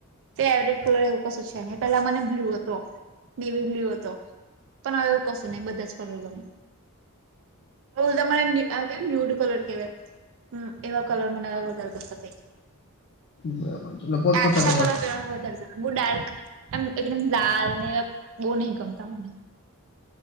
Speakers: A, on the right (about 60°); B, on the left (about 45°).
A: ફવરેટ કલર એવું કશું છે, ને પેલા મને બ્લુ હતો, મેનેવી બ્લુ હતો. પણ હવે, કસો ન બધા જ કલર ગમે. ઉલતા મને ન્યૂડ કલર કેવાય એવા કલર મને વધારે કરતા થઇ ગયા.
B: બરાબર છે એટલે પોત
A: એ
B: પોતાનો
A: અચ્છા કલર પેરણ વધારે સારું. બો ડાર્ક એમ એકદમ લાલ ને, બહ નહિ ગમતા મને.